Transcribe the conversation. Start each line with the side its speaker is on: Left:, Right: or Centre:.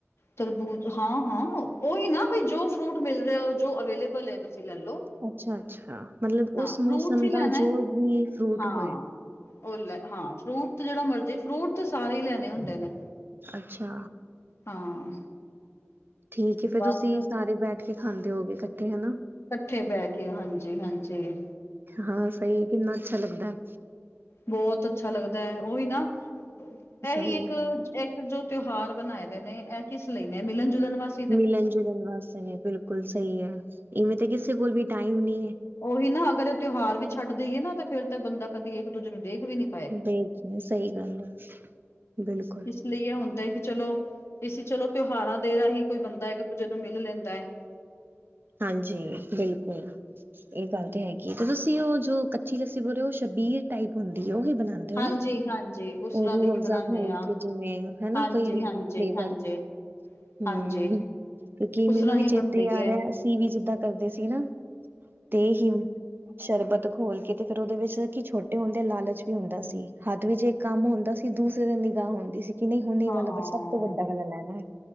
Left: ਤਰਬੂਜ ਹਾਂ- ਹਾਂ ਉਹੀ ਨਾ ਬਈ ਜੋ ਫਰੂਟ ਮਿਲ ਰਿਹਾ ਜੋ ਅਵੇਲੇਬਲ ਹੈ। ਤੁਸੀਂ ਲੈ ਲੋ।
Right: ਅੱਛਾ- ਅੱਛਾ ਮਤਲਬ
Left: ਹਾਂ
Right: ਉਸ
Left: ਫਰੂਟਸ
Right: ਮੌਸਮ
Left: ਹੀ ਲੈਣਾ
Right: ਦਾ ਜੋ
Left: ਹੈ
Right: ਵੀ ਫਰੂਟ
Left: ਹਾਂ
Right: ਹੋਏ।
Left: ਉਹ ਲੈ ਹਾਂ ਫਰੂਟ ਤੇ ਜਿਹੜਾ ਮਰਜ਼ੀ ਫਰੂਟ ਤੇ ਸਾਰੇ ਹੀ ਲੈਣੇ ਹੁੰਦੇ ਨੇ।
Right: ਅੱਛਾ।
Left: ਹਾਂ।
Right: ਠੀਕ ਐ ਫੇਰ
Left: ਬਸ
Right: ਤੁਸੀਂ ਸਾਰੇ ਬੈਠ ਕੇ ਖਾਂਦੇ ਹੋਗੇ ਇਕੱਠੇ ਹਨਾ।
Left: ਇਕੱਠੇ ਬਹਿ ਕੇ ਹਾਂਜੀ- ਹਾਂਜੀ।
Right: ਹਾਂ ਸਹੀ ਹੈ ਕਿੰਨਾ ਅੱਛਾ ਲੱਗਦਾ ਏ।
Left: ਬੋਤ ਅੱਛਾ ਲੱਗਦਾ ਹੈ, ਉਹੀ ਨਾ,
Right: ਸਹੀ
Left: ਇਹੀ ਇੱਕ
Right: ਹੈ।
Left: ਇੱਕ ਜੋ ਤਿਉਹਾਰ ਬਣਾਏ ਦੇ ਨੇ ਇਹ ਕਿਸ ਲਈ ਨੇ ਮਿਲਣ- ਜੁਲਣ ਵਾਸ-
Right: ਮਿਲਣ- ਜੁਲਣ ਵਾਸਤੇ ਨੇ ਬਿਲਕੁਲ ਸਹੀ ਹੈ, ਇਵੇਂ ਤਾਂ ਕਿਸੇ ਕੋਲ ਵੀ ਟਾਈਮ ਨਹੀ ਹੈ।
Left: ਉਹੀ ਨਾ ਅਗਰ ਇਹ ਤਿਉਹਾਰ ਵੀ ਛੱਡ ਦੇਈਏ ਨਾ ਤੇ ਫੇਰ ਤਾਂ ਬੰਦਾ ਕਦੀ ਇੱਕ ਦੂਜੇ ਨੂੰ ਦੇਖ ਵੀ ਨ-
Right: ਦੇਖ ਲਓ ਸਹੀ ਗੱਲ ਏ ਬਿਲਕੁਲ।
Left: ਇਸ ਲਈ ਇਹ ਹੁੰਦਾ ਹੈ ਕਿ ਚਲੋ ਇਸਂ ਚਲੋ ਤਿਉਹਾਰਾਂ ਦੇ ਰਾਹੀਂ ਕੋਈ ਬੰਦਾ ਇੱਕ ਦੂਜੇ ਨੂੰ ਮਿਲ ਲੈਂਦਾ ਐ।
Right: ਹਾਂਜੀ ਬਿਲਕੁਲ। ਇਹ ਗੱਲ ਤੇ ਹੈਗੀ ਹੈ, ਤੇ ਤੁਸੀਂ ਉਹ ਜੋ ਕੱਚੀ ਲੱਸੀ ਬੋਲ ਹੋ ਛਬੀਲ ਟਾਈਪ ਹੁੰਦੀ ਉਹੀ ਬਣਾਉ- ਦੇ ਹੋ
Left: ਹਾਂਜੀ
Right: ਨਾ,
Left: ਹਾਂਜੀ ਉਸ ਤਰ੍ਹਾਂ
Right: ਰੂ
Left: ਦੀ ਹੀ
Right: ਅਫਜ਼ਾ
Left: ਬਣਾਉਦੇ
Right: ਗੋਲ
Left: ਆ
Right: ਕੇ ਜਿਵੇਂ ਹਨਾ
Left: ਹਾਂਜੀ,
Right: ਕੋਈ ਵੀ
Left: ਹਾਂਜੀ,
Right: ਫਲੈਵਰ-
Left: ਹਾਂਜੀ,
Right: ਹੂੰ
Left: ਹਾਂਜੀ
Right: ਕਿਉਕਿ
Left: ਉਸ
Right: ਮੈਨੂੰ
Left: ਤਰ੍ਹਾਂ
Right: ਵੀ
Left: ਹੀ ਬਣਦੀ
Right: ਚੇਤੇ ਆ
Left: ਹੈ।
Right: ਰਿਹਾ ਅਸੀਂ ਵੀ ਜਿੱਦਾਂ ਕਰਦੇ ਸੀ ਨਾ। ਤੇਹੀਮ ਸ਼ਰਬਤ ਖੋਲ ਕੇ ਤੇ ਫੇਰ ਉਹਦੇ ਵਿੱਚ ਕੀ ਛੋਟੇ ਹੁੰਦੇ ਲਾਲਚ ਵੀ ਹੁੰਦਾ ਸੀ ਹੱਥ ਵੀ ਜੇ ਕੰਮ ਹੁੰਦਾ ਸੀ ਦੂਸਰੇ ਦੀ ਨਿਗਾਹ ਹੁੰਦੀ ਸੀ ਕਿ ਨੀ ਹੁਣ ਇਹ
Left: ਹਾਂ
Right: ਵਾਲਾ ਸਭ ਤੋਂ ਵੱਡਾ ਵਾਲਾ ਲੈਣੈ